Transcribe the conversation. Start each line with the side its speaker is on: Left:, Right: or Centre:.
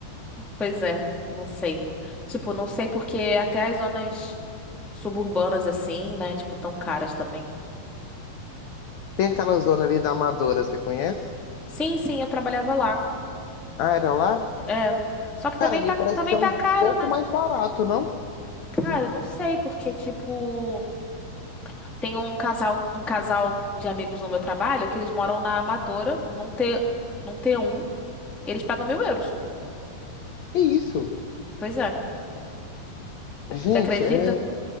Centre: Pois é, não sei. Tipo, não sei porque até as zonas suburbanas assim, né, tipo, tão caras também.
Left: Tem aquela zona ali da Amadora, você conhece?
Centre: Sim, sim, eu trabalhava lá.
Left: Ah, era lá?
Centre: É. Só que também
Left: Cara, ali
Centre: tá,
Left: parece
Centre: também
Left: ser
Centre: tá
Left: um
Centre: caro,
Left: pouco
Centre: né?
Left: mais barato, não?
Centre: Cara, não sei porque tipo, tem um casal, um casal de amigos no meu trabalho que eles moram na Amadora, num T, num t um eles pagam mil euros.
Left: Que isso?
Centre: Pois é.
Left: Gente,
Centre: Você acredita?
Left: é...